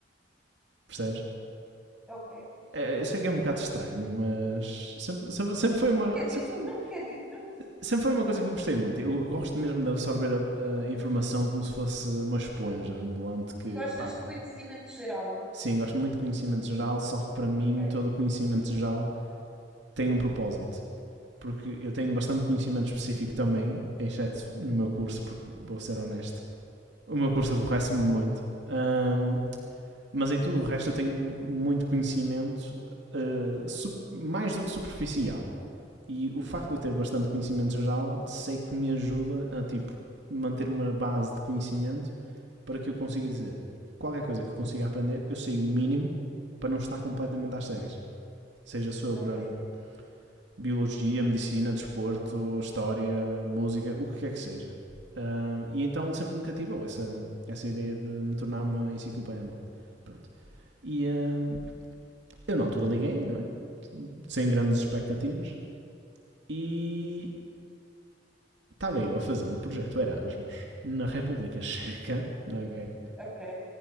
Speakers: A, on the right (about 70°); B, in the centre.
A: Percebes?
B: Ok.
A: É, eu sei que é um bocado estranho, mas sempre, sempre, sempre foi uma,
B: Um bocadinho,
A: sempre, foi uma,
B: <laughs> um bocadinho.
A: sempre foi uma coisa que eu gostei muito. Eu gosto mesmo de absorver a, a informação como se fosse uma esponja ambulante que,
B: Gostas
A: opá,
B: de
A: é-
B: conhecimento geral?
A: sim, gosto muito de conhecimento geral, só que para mim
B: Ok,
A: todo o conhecimento geral tem um propósito. Porque eu tenho bastante conhecimento específico também, exceto no meu curso, porque vou ser honesto. O meu curso aborrece-me muito. Ahm, Mas em tudo o resto eu tenho muito conhecimento, eh, sup- mais do que superficial. E o facto de eu ter bastante conhecimento geral, sei que me ajuda a tipo manter uma base de conhecimento para que eu consiga dizer qualquer coisa que eu consiga aprender, eu sei o mínimo para não estar completamente às cegas. Seja sobre
B: ok.
A: hum, biologia, medicina, desporto, história, música, o que quer que seja. Ah, e então sempre me cativou essa, essa ideia de me tornar uma enciclopédia ambulante. Pronto. E, hum, eu na altura liguei, não é? Sem grandes expectativas. E estava eu a fazer um projeto Erasmus na República Checa, <laughs> ok?
B: Ok,